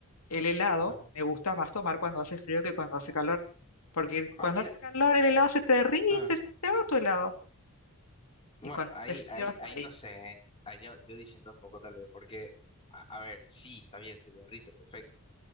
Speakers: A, on the left; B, on the left.
A: el helado
B: ajá.
A: me gusta más tomar cuando hace frío que cuando hace calor. Porque
B: Ah,
A: cuando
B: mira.
A: hace calor el helado se te derrite,
B: ah.
A: se te va tu helado.
B: Bueno,
A: Y cuando
B: ahí,
A: hace frío
B: ahí,
A: hasta
B: ahí
A: ahí.
B: no sé. Ahí yo, yo diciendo un poco tal vez, porque, a, a ver, sí, está bien, se derrite, perfecto.